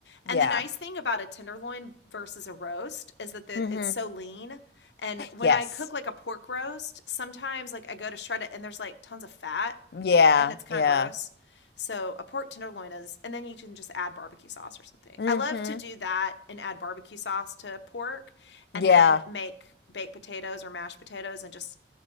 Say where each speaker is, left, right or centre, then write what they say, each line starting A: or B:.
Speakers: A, on the left (about 80°); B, on the left (about 60°).
A: And
B: Yeah.
A: the nice thing about a tenderloin versus a roast is that the,
B: Mm-hmm.
A: it's so lean. And when
B: Yes.
A: I cook like a pork roast, sometimes like I go to shred it and there's like tons of fat
B: Yeah.
A: and it's kind
B: Yeah.
A: of gross. So a pork tenderloin is, and then you can just add barbecue sauce or something.
B: Mm-hmm.
A: I love to do that and add barbecue sauce to pork and
B: Yeah.
A: then make baked potatoes or mashed potatoes and just